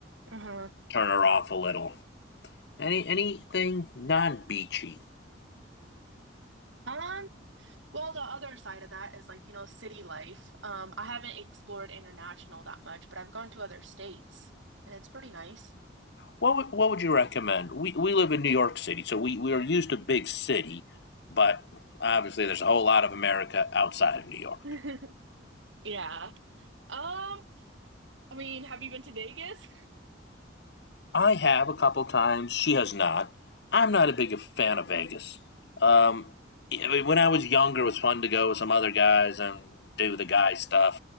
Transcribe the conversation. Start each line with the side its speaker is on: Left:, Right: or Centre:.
Right: Uh-huh.
Left: turn her off a little. Any anything non-beachy.
Right: Um, well, the other side of that is like, you know, city life. Um, I haven't explored international that much, but I've gone to other states and it's pretty nice.
Left: What would, what would you recommend? We we live in New York City, so we we are used to big city, but obviously there's a whole lot of America outside of New York.
Right: <laughs> Yeah. Um, I mean, have you been to Vegas?
Left: I have a couple times. She has not. I'm not a big fan of Vegas. Um, yeah, I mean, when I was younger, it was fun to go with some other guys and do the guy stuff